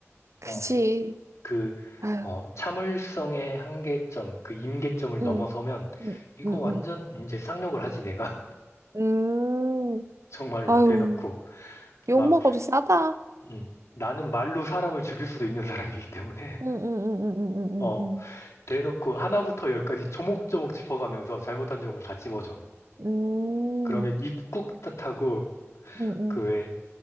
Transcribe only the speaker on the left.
어,
그,
어, 참을성의 한계점, 그 임계점을 넘어서면
이거
완전
이제 쌍욕을 하지, 내가. <laughs>
정말로
대놓고.
막,
음, 나는 말로 사람을 죽일 수도 있는 사람이기 때문에, <laughs>
어,
대놓고 하나부터 열까지 조목조목 짚어가면서 잘못한 점을 다 찝어줘.
그러면 입 꾹 탓하고,
그왜